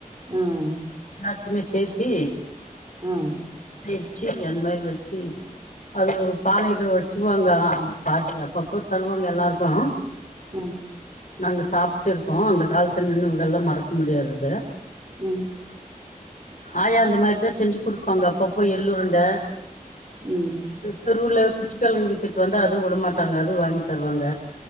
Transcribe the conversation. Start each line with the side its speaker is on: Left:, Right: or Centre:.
Right: ம்
Left: ரெண்டுமே சேத்தி
Right: ம்
Left: <inaudible> டுச்சு அந்த மாதிரி வச்சி அது ஒரு பானையில வச்சுக்குவாங்க பாட்டி அப்பப்போ தருவாங்க எல்லாருக்கு
Right: ம்
Left: நாங்க சாப்டு இருக்கோ அந்த காலத்து நினைவுகள் எல்லா மறக்க முடியாதது
Right: ம்
Left: ஆயா அந்த மாரிதா செஞ்சு குடுப்பாங்க அப்பப்ப எள்ளுருண்ட
Right: ம்
Left: தெருவுல குச்சிக்கிழங்கு வித்துட்டு வந்தா அதுவு விடமாட்டாங்க அது வாங்கி தருவாங்க